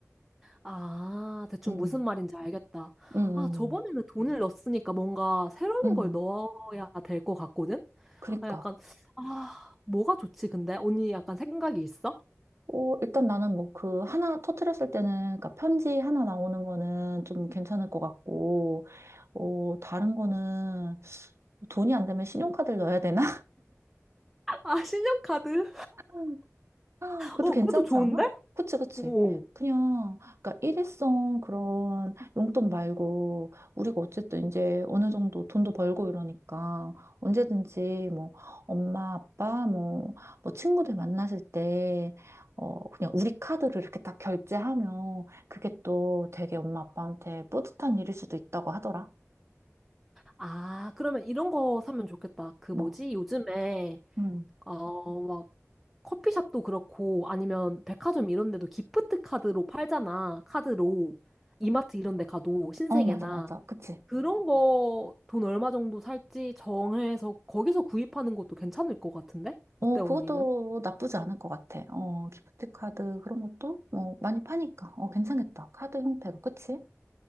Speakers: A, in the centre; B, on the right (about 55°).
A: 아, 대충
B: 음,
A: 무슨 말인지 알겠다.
B: 음, 음,
A: 아, 저번에는 돈을 넣었으니까 뭔가 새로운
B: 음,
A: 걸 넣어야 될 것 같거든?
B: 그러니까.
A: 아, 약간, 아, 뭐가 좋지, 근데? 언니 약간 생각이 있어?
B: 어, 일단 나는 뭐 그 하나 터트렸을 때는 그러니까 편지 하나 나오는 거는 좀 괜찮을 것 같고 어, 다른 거는 돈이 안 되면 신용카드를 넣어야 되나?
A: 아, 신용카드.
B: <laughs> 아, 그것도
A: 어,
B: 괜찮지
A: 그것도 좋은데?
B: 않아? 그치, 그치.
A: 오.
B: 그냥, 그러니까 일회성 그런 용돈 말고, 우리가 어쨌든 이제 어느 정도 돈도 벌고 이러니까, 언제든지 뭐, 엄마, 아빠, 뭐, 뭐, 친구들 만나실 때, 어, 그냥 우리 카드로 이렇게 딱 결제하면, 그게 또 되게 엄마, 아빠한테 뿌듯한 일일 수도 있다고 하더라.
A: 아, 그러면 이런 거 사면 좋겠다. 그
B: 뭐,
A: 뭐지? 요즘에,
B: 음.
A: 어, 막, 커피숍도 그렇고 아니면 백화점 이런 데도 기프트 카드로 팔잖아. 카드로. 이마트 이런 데 가도 신세계나
B: 어, 맞아, 맞아. 그치.
A: 그런 거 돈 얼마 정도 살지 정해서 거기서 구입하는 것도 괜찮을 것 같은데?
B: 어,
A: 어때 언니는?
B: 그것도 나쁘지 않을 것 같아. 어, 기프트 카드 그런 것도 뭐 많이 파니까. 어, 괜찮겠다. 카드 형태로. 그치?